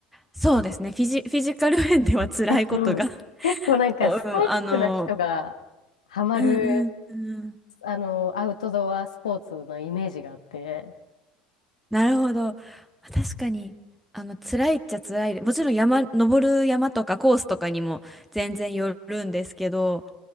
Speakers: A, in the centre; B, on the left.
A: そうですね。フィジ、フィジカル面では辛いことが
B: えっと、
A: <laughs>
B: 結構なんかストイックな人が
A: おうん、あの、
B: ハマる、
A: うんうんうん。
B: あの、アウトドアスポーツのイメージがあって。
A: なるほど。確かに、あの、辛いっちゃ辛いで。もちろん山、登る山とかコースとかにも全然よるんですけど、